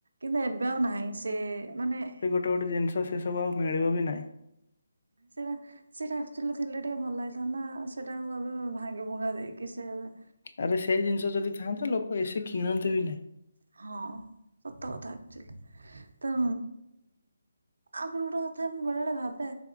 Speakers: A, on the right; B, on the left.
A: କିନ୍ତୁ ଏବେ ଆଉ ନାହିଁ ସେ ମାନେ
B: ଗୋଟ ଗୋଟେ ଜିନିଷ ସେସବୁ ଆଉ ମିଳିବ ବି ନାହିଁ।
A: ସେଟା ସେଟା ଆକ୍ଚୁଆଲି ଥିଲେ ଟିକେ ଭଲ ଲାଗିଥାନ୍ତା ସେଟା ଆଉ ଏବେ ଭାଙ୍ଗି ଭୁଙ୍ଗା ଦେଇକି ସିଏ ଏବେ
B: ଆରେ ସେଇ ଜିନିଷ ଯଦି ଥାଆନ୍ତା ଲୋକ ଏସି କିଣନ୍ତେ ବି ନାହିଁ।
A: ହଁ ସତ କଥା ଆକଚୁଆଲି। ତ ଆଉ ଗୋଟେ ଗୋଟେ କଥା ମୁଁ ବେଳେବେଳେ ଭାବେ